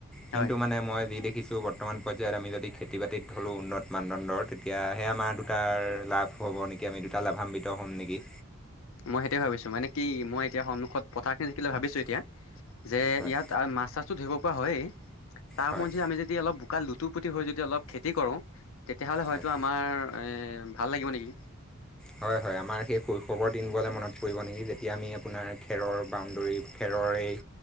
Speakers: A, in the centre; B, on the left (about 70°).
A: কিন্তু
B: হয়
A: মানে মই যি দেখিছোঁ বৰ্তমান, পৰ্যায়ত আমি যদি খেতি, বাতিত ধৰোঁ উন্নত মানদণ্ডৰ তেতিয়াহে আমাৰ দুটা লাভ হ'ব নেকি আমি দুটা লাভান্বিত হ'ম নেকি?
B: মই সেইটোৱে ভাবিছোঁ মানে কি মই এতিয়া সন্মখত পথাখিনি দেকিলে ভাবিছো এতিয়া। যে,
A: হয়
B: ইয়াত মাছ, চাছো ধৰিব পৰা হয়। তাৰ
A: হয়
B: ওপৰঞ্চি আমি যদি অলপ বোকা লোত টোপুতি হৈ যদি অলপ খেতি কৰোঁ তেতিয়াহ'লে হয়তো
A: হয়
B: আমাৰ ভাল লাগিব নেকি।
A: হয়, হয়, আমাৰ সেই শৈশৱৰ দিনবোৰলৈ মনত পৰিব নেকি যেতিয়া আমি আপোনাৰ খেৰৰ বাউণ্ডৰী খেৰৰ এই